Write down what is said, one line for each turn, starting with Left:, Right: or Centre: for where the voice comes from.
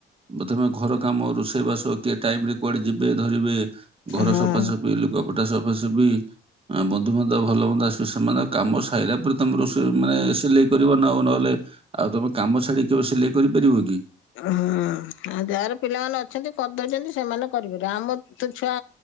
Right: ବ ତମେ ଘର କାମ ରୋଷେଇବାସ କିଏ ଟାଇମ ରେ। କୁଆଡେ ଯିବେ ଧରିବେ ଘର
Left: ହଁ
Right: ସଫାସଫି ଲୁଗାପଟା ସଫାସଫି। ଆଁ ବନ୍ଧୁବାନ୍ଧବ ଭଲ ମନ୍ଦ ଆସ ସେମାନଙ୍କ କାମ ସାଇଲା ପରେ ତମେ ରୋଷେଇ ମାନେ ସିଲେଇ କରିବ ନା ଆଉ ନହେଲେ। ଆଉ ତମେ କାମ ଛାଡିକି କେବେ ସିଲେଇ କରିପାରିବ କି?
Left: ଆ ହାଁ। ହାଁ ଯାହାର ପିଲାମାନେ ଅଛନ୍ତି କରିଦଉଛନ୍ତି ସେମାନେ କରିପାରିବେ ଆମ ତ ଛୁଆ